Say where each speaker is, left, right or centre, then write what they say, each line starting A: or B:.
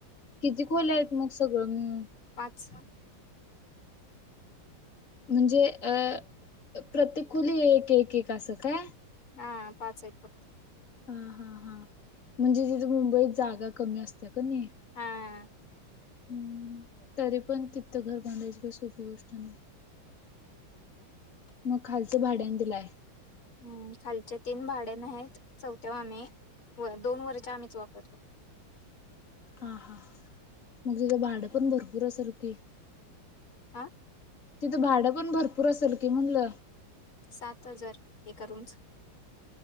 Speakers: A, on the left; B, on the left.
A: किती खोल्या आहेत म सगळं मिळून
B: पाच.
A: म्हणजे अ प्रत्येक खोली एक एक एक असं काय?
B: हा पाच आहेत फक्त.
A: हा हा हा म्हणजे तिथे मुंबईत जागा कमी असत्या क नही
B: हा!
A: हुं तरी पण तितं घर बांधायची काय सोपी गोष्ट नाही. मग खालचं भाड्यान दिलाय
B: हुं खालचे तीन भाड्यान आहे त चौथ्याव आम्ही व दोन वरच्या आम्हीच वापरतो
A: हा हा मग तिचं भाडं पण भरपूर असर की
B: आ!
A: तिथं भाडं पण भरपूर असेल की म्हणलं.
B: सात हजार एका रूमच